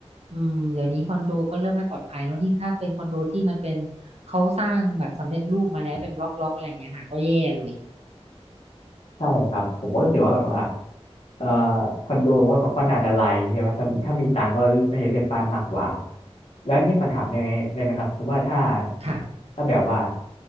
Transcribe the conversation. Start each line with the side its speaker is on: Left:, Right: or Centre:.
Right: อืมเดี๋ยวนี้คอนโดก็เริ่มไม่ปลอดภัยเนอะยิ่งถ้าเป็นคอนโดที่มันเป็นเขาสร้างแบบสำเร็จรูปมาแล้วเป็นบล็อกบล็อกอะไรอย่างเงี้ยค่ะก็แย่เลย
Left: ใช่ครับผมก็รู้สึกว่าแบบว่าเอ่อคอนโดมันก็ค่อนข้างอันตรายอย่างเงี้ยว่าถ้าถ้ามีตังค์ก็น่าจะเลือกบ้านมากกว่าแล้วนี่ขอถามได้ไหมได้ไหมครับสมมติว่าถ้า
Right: ค่ะ
Left: ถ้าแบบว่า